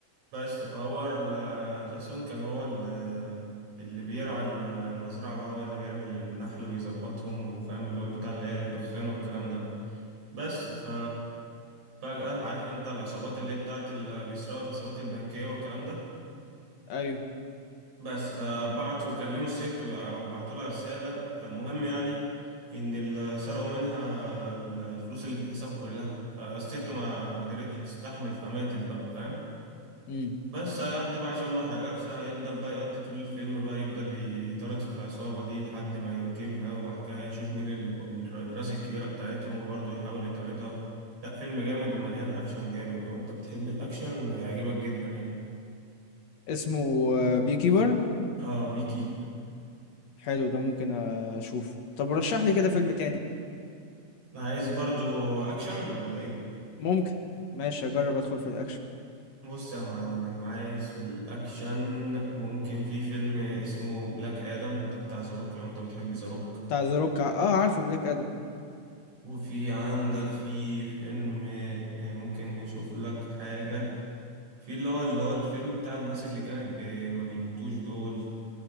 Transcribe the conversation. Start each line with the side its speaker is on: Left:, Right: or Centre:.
Right: بس فهو ال- جاسون كان هو ال- اللي بيرعى ال- المزرعة بقى هو اللي بيعمل النحل ويظبطهم وفاهم اللي هو بتاع اللي هي الدخان والكلام ده بس ف فجأة عارف انت العصابات اللي هي بتاعت اللي بيسرقوا الحسابات البنكية والكلام ده
Left: ايوه
Right: بس فبعتوا كلموا الست وبع- وبعتوا لها رسالة فالمهم يعني ان ال- سرقوا منها ال- الفلوس اللي في الحساب كلها فالست ما قدرتش تستحمل فماتت بقى فاهم
Left: امم
Right: بس هيقضي بقى عشان ما احرقلكش هيفضل بقى يقضي طول الفيلم بقى يفضل يطارد في العصابة دي لحد ما ينجبها وبعد كده هيشوف مين اللي فوق- الر- الراس الكبيرة بتاعتهم وبرضه يحاول يطاردها لا فيلم جامد ومليان أكشن جامد لو أنت بتحب الأكشن هيعجبك جدا يعني
Left: اسمه بي كيبر
Right: اه بي كيبر
Left: حلو ده ممكن اشوف طب رشح لي كده فيلم تاني
Right: عايز برضه أكشن ولا إيه؟
Left: ممكن ماشي اجرب ادخل في الاكشن
Right: بص يا معلم عايز في الأكشن ممكن في فيلم اسمه بلاك آدم ده بتاع زاروك لو أنت بتحب زاروك
Left: بتاع ذا روك اه عارفه بلاك ادم
Right: وفي عندك في فيلم آه، آه، ممكن نشوف لك حاجة في اللي هو اللي هو الفيلم بتاع الناس اللي كانت ب... ما بيموتوش دول